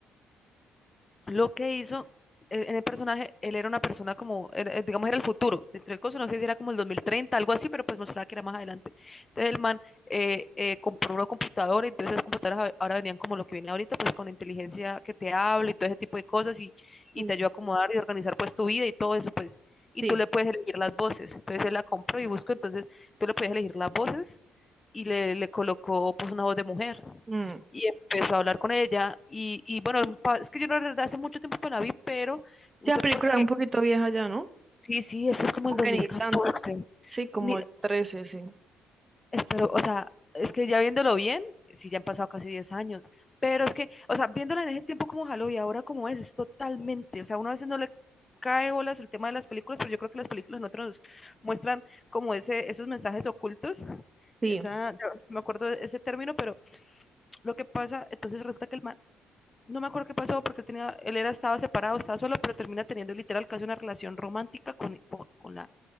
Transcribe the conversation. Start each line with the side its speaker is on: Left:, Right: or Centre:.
Left: lo que hizo eh, en el personaje, él era una persona como, eh, digamos, era el futuro. Entre el coso, no sé si era como el 2030, algo así, pero pues mostraba que era más adelante. Entonces el man eh, eh, compró una computadora, entonces las computadoras ahora venían como lo que viene ahorita, pues con inteligencia que te habla y todo ese tipo de cosas y, y
Right: mm,
Left: te ayuda a acomodar y organizar pues tu vida y todo eso, pues. Y
Right: sí.
Left: tú le puedes elegir las voces. Entonces él la compró y buscó, entonces tú le puedes elegir las voces y le, le colocó pues una voz de mujer
Right: Mm.
Left: y empezó a hablar con ella. Y, y bueno, pa- es que yo la verdad hace mucho tiempo que la vi, pero no
Right: Sí,
Left: sé
Right: la película
Left: por qué.
Right: es un poquito vieja ya, ¿no?
Left: Sí, sí, eso es como
Right: Aunque
Left: el 2014.
Right: ni tanto. Sí, como
Left: Ni,
Right: el 13, sí.
Left: espero, o sea, es que ya viéndolo bien, sí, ya han pasado casi 10 años. Pero es que, o sea, viéndola en ese tiempo como jaló y ahora como es, es totalmente, o sea, uno a veces no le cae bolas el tema de las películas, pero yo creo que las películas nosotros nos muestran como ese, esos mensajes ocultos.
Right: Sí,
Left: Esa, yo no me acuerdo de ese término, pero lo que pasa, entonces resulta que el man no me acuerdo qué pasó porque tenía, él era, estaba separado, estaba solo, pero termina teniendo literal casi una relación romántica con, con, con la,